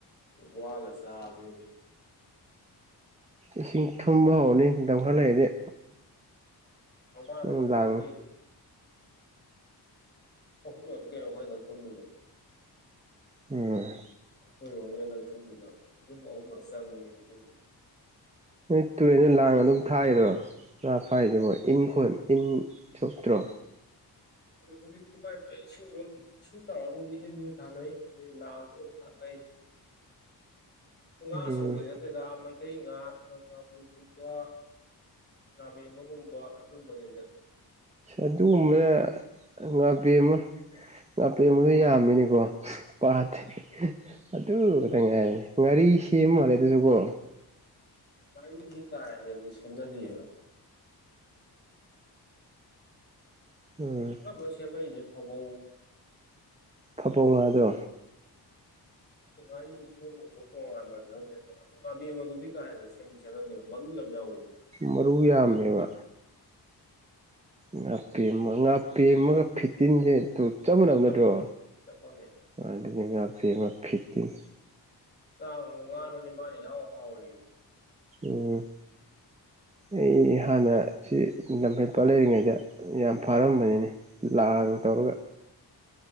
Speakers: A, on the left; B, on the right.
A: ꯋꯥꯜ ꯆꯟꯅꯦ
B: ꯏꯁꯤꯡ ꯊꯨꯝꯕ ꯍꯧꯔꯅꯤ ꯗꯪꯈꯔ ꯂꯩꯔꯗꯤ
A: ꯃꯃꯥꯡꯉ
B: ꯅꯪ
A: ꯍꯟꯗꯛꯀꯤ
B: ꯂꯥꯡ
A: ꯑꯍꯨꯝ ꯂ ꯀꯩꯅꯣ ꯑꯩꯈꯣꯏ ꯍꯟꯗꯛ ꯊꯨꯝꯃꯤꯅꯣ
B: ꯑꯝ
A: ꯍꯣꯏꯔꯣ ꯍꯟꯗꯛ ꯊꯨꯝꯖꯨ ꯈ ꯌꯨꯝ ꯑꯍꯨꯝꯂꯛ ꯆꯪ ꯃꯤꯅꯤꯒꯤ ꯊ
B: ꯅꯣꯏ ꯇꯨꯔꯦꯟꯅ ꯂꯥꯡ ꯑꯗꯨꯝ ꯊꯥꯏꯔꯣ ꯉꯥ ꯐꯥꯏꯁꯤꯕꯣ ꯏꯟꯈꯣꯟ ꯏꯟ ꯁꯣꯛꯇ꯭ꯔꯣ
A: <inaudible> ꯍꯧꯖꯤꯛꯇꯤ ꯃꯥꯏ ꯏꯁꯤꯡꯗꯣ ꯏꯁꯤꯡ ꯆꯥꯎꯔꯕꯨꯗꯤ ꯏꯟꯁꯨ ꯊꯥꯅꯩ ꯑꯗꯩ ꯂꯥꯡꯁꯨ ꯑꯗꯨꯝ ꯊꯛꯅꯩ ꯉꯥ
B: ꯎꯝ
A: ꯑꯆꯧꯕꯗꯤ ꯅꯠꯇꯦꯗ ꯃꯩꯇꯩ ꯉꯥ ꯉ ꯉꯥꯃꯨꯒꯨꯝꯕ ꯉꯥꯕꯦꯝꯃꯒꯨꯝꯕ ꯑꯗꯨꯕꯅꯤꯗ
B: ꯑꯗꯨꯒꯨꯝꯕꯅ ꯉꯥꯦꯟ ꯑꯃ ꯉꯥ ꯄꯦꯟꯕꯗ ꯌꯥꯝꯃꯤꯅꯦꯀꯣ ꯄꯗ ꯑꯗꯨ ꯇꯉꯥꯏ ꯉꯒꯥꯔꯤ ꯁꯦꯝꯃ ꯃꯥꯜꯂꯦ ꯑꯗꯨꯁꯨꯀꯣ
A: ꯀꯁꯤ ꯀꯥꯏ ꯅꯗꯤ ꯁꯤ ꯅꯗꯤ
B: ꯎꯝ
A: ꯀ ꯆꯦꯅꯏꯁꯦ ꯐꯕꯣ
B: ꯐꯕꯧ ꯉꯥꯗꯣ
A: ꯑ ꯒꯥꯔꯤ ꯁꯦꯝꯗꯕ ꯃꯣꯏ ꯇꯣꯉꯥꯟ ꯈꯪꯗꯦ ꯑꯗꯨꯝ ꯥꯕꯤ ꯑꯃ ꯑꯗꯨꯗꯤ ꯀꯥ ꯍꯦꯟꯅ ꯁꯦꯝꯗꯤ ꯁꯦꯝꯅꯗꯦꯕ ꯃꯔꯨ ꯌꯥꯝ ꯌꯥꯎꯋꯦꯗꯣ
B: ꯃꯔꯨꯌꯥꯃꯕ
A: ꯎꯝ
B: ꯉꯥ ꯄꯦꯝꯃ ꯉꯥ ꯄꯦꯝꯃꯒ ꯐꯤꯠꯇꯤꯟꯒꯤꯦ ꯑꯗꯨ ꯆꯞ ꯃꯥꯟꯅꯕ
A: ꯃꯥꯟꯅꯩꯌꯦ
B: ꯅꯠꯇ꯭ꯔꯣ
A: ꯆꯞ ꯃꯥꯟꯅꯩ
B: ꯑꯗꯨꯗꯤ ꯉꯥꯕꯦꯃ ꯐꯤꯠꯇꯤꯡ
A: ꯆꯥꯃꯉꯥꯗꯗꯤ ꯃꯥꯅꯤ ꯍꯥꯎ ꯍꯥꯎꯔꯤ
B: ꯑꯣ ꯑꯩ ꯍꯥꯟꯅ ꯁꯤ ꯂꯝꯐꯩ ꯄꯥꯠ ꯂꯩꯔꯤꯉꯩꯗ ꯌꯥꯝ ꯐꯥꯔꯝꯕꯅꯤꯅꯦ ꯂꯥꯡ ꯇꯧꯔꯒ